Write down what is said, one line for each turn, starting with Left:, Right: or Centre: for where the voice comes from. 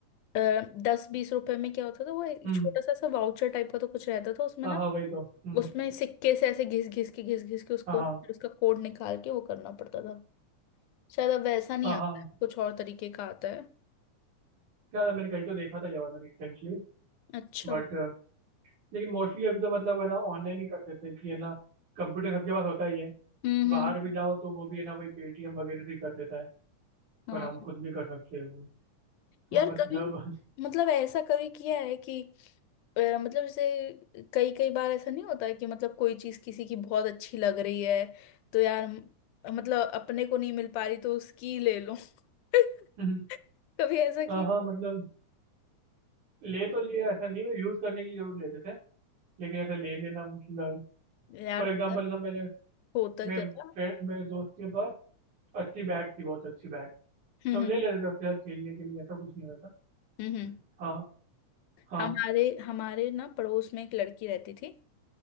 Left: अ, दस बीस रुपए में क्या होता था वो एक
Right: हम्म
Left: छोटा सा सा वाउचर टाइप का तो कुछ रहता था उसमें
Right: हाँ
Left: ना
Right: हाँ वही तो हम्म
Left: उसमें सिक्के से ऐसे घिस घिस के घिस घिस के उसको
Right: हाँ हाँ
Left: फिर उसका कोड निकाल के वो करना पड़ता था शायद अब वैसा नहीं
Right: हाँ
Left: आता
Right: हाँ
Left: है, कुछ और तरीके का आता है
Right: क्या था, मैंने कहीं तो देखा था ये वाला रिसेंटली
Left: अच्छा
Right: बट लेकिन मोस्टली अभी तो मतलब है ना ऑनलाइन ही करते थे कि है ना कंप्यूटर सबके पास होता ही है
Left: हम्म हम्म
Right: बाहर भी जाओ तो वो भी है ना वही पेटीएम वगैरह से ही कर देता है
Left: हाँ
Right: पर हम खुद भी कर सकते हैं वो तो
Left: यार
Right: मतलब
Left: कभी मतलब ऐसा कभी किया है कि अ, मतलब जैसे कई कई बार ऐसा नहीं होता है कि मतलब कोई चीज किसी की बहुत अच्छी लग रही है तो यार म- मतलब अपने को नहीं मिल पा रही तो उसकी ले लो <laughs>
Right: <laughs>
Left: कभी ऐसा
Right: हाँ
Left: कि
Right: हाँ मतलब ले तो लिए ऐसा नहीं मैं यूज करने के लिए जरूर लेते थे लेकिन ऐसा ले लेना मतलब
Left: यार
Right: फॉर एग्जाम्पल
Left: पता है
Right: ना मेरे
Left: होता
Right: मेरे
Left: क्या
Right: फ्रेंड
Left: था
Right: मेरे दोस्त के पास अच्छी बैट थी बहुत अच्छी बैट
Left: हम्म
Right: तो हम
Left: हम्म
Right: ले लेते थे उसके साथ खेलने के लिए ऐसा कुछ नहीं होता था।
Left: हम्म, हम्म।
Right: हाँ हाँ
Left: हमारे हमारे ना पड़ोस में एक लड़की रहती थी